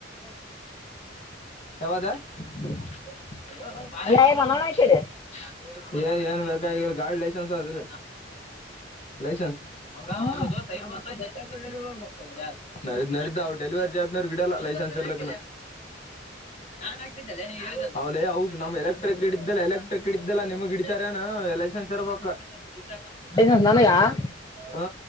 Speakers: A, on the left; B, on the left.
A: ಯಾವದ <unintelligible>
B: ಅಲ್ಲ ಏನ ನೋಡ ಕಡೆ
A: ಏ ಏನ್ ಬೇಕಾಗಿಲ ಗಾಡಿ ಲೈಸೆನ್ಸ್ ಅದ ಇಲ್ಲ ಲೈಸೆನ್ಸ್. ಹೋಗ
B: ಹ್ಮ್.
A: ಹೋಗಬೋದು ಸೈ <unintelligible> ನಡ ನಡೀತವ ಅವವು ಡೆಲಿವರಿ ಜಾಬ್ನವರು ಹಿಡಲ್ಲ ಲೈಸೆನ್ಸ್ ಇರ್ಲಕ್ಕನ ನನ್ ಹಾಕ್ತಿದೆ ಲೆ ನೀನ್ ಏನ್ ಅಂದ್ರ ಅವ ಲೆ ಅವ ನಮ್ ಎಲೆಕ್ಟ್ರಿಕ್ <unintelligible> ಎಲೆಕ್ಟ್ರಿಕ್ ಕಿಡ್ದಲ್ಲಾ ನಿಮ್ಗ್ ಹಿಡಿತಾರ ಏನು ಲೈಸೆನ್ಸ್ ಇರ್ಬಕ್. <unintelligible>
B: ಲೈಸೆನ್ಸ್ ನನಗ ಯಾವ
A: ಹಾ.